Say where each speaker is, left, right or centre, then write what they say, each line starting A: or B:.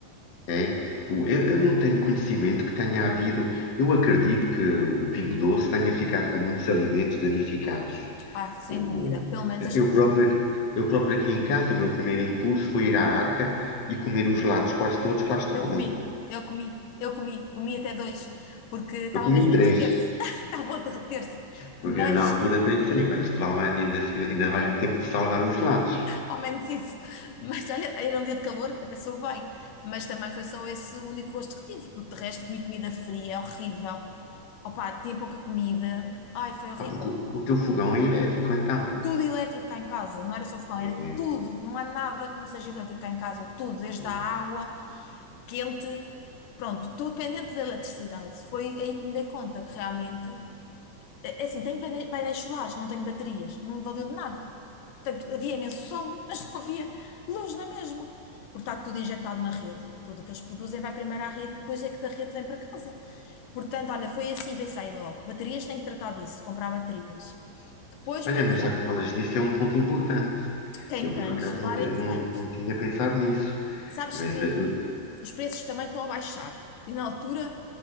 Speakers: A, on the left; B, on the left.
A: É, o- eu, eu não tenho conhecimento que tenha havido. Eu acredito que o Pingo Doce tenha ficado com muitos alimentos danificados.
B: Ah, sem
A: O,
B: dúvida. Pelo menos as-
A: eu próprio, aqui- eu próprio aqui em casa, o meu primeiro impulso foi ir à arca e comer os lados quase todos que lá estavam.
B: eu comi, eu comi, eu comi, comi até dois, porque estavam
A: Eu comi
B: mesmo
A: três,
B: a derreter-se. <laughs> Estavam a derreter-se.
A: porque
B: Mas,
A: eu, na altura pensei, bem, isto vai, vai- ainda, ainda vai a tempo de salvar os lados.
B: ao menos isso. Mas olha, era um dia de calor, até soube bem. Mas também foi só esse o único gosto que tive, porque de resto comi comida fria, horrível. Opa, tinha pouca comida. Ai, foi horrível.
A: Ah, porque o teu fogão é elétrico, então.
B: Tudo elétrico cá em casa, não era só fogão, era
A: É.
B: tudo. Não há nada que não seja elétrico cá em casa, tudo, desde
A: é.
B: a água quente. Pronto, estou dependente da eletricidade. Foi aí que me dei conta que realmente é é assim, tenho paine- painéis solares, não tenho baterias, não me valeu de nada. Portanto, havia imenso sol, <laughs> mas não havia luz na mesma, porque está tudo injetado na rede. Tudo o que eles produzem vai primeiro à rede, depois é que da rede vem para casa. Portanto, olha, foi assim, pensei logo, baterias tenho que tratar disso, comprar baterias. Depois
A: Olha,
B: pensei,
A: mas já que falas nisso, é um ponto importante.
B: quem
A: Eu, por
B: tem
A: acaso,
B: solar
A: não, te-
B: é importante.
A: não, não tinha pensado nisso.
B: Sabes
A: Mas
B: que
A: eh, eu-
B: os preços também estão a baixar e na altura